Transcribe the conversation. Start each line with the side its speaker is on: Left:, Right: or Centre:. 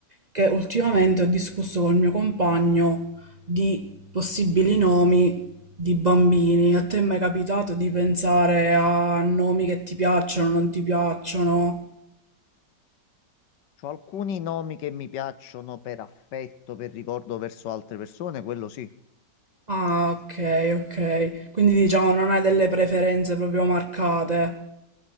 Right: che ultimamente ho discusso col mio compagno di possibili nomi di bambini. A te è mai capitato di pensare a nomi che ti piacciono, non ti piacciono?
Left: c'ho alcuni nomi che mi piacciono per affetto, per ricordo verso altre persone, quello sì.
Right: Ah, ok, ok. Quindi diciamo non hai delle preferenze proprio marcate.